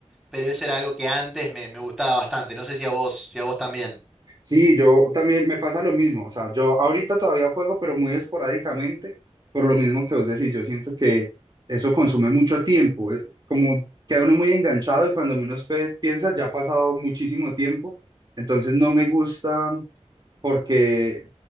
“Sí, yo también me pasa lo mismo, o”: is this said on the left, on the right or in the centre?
Right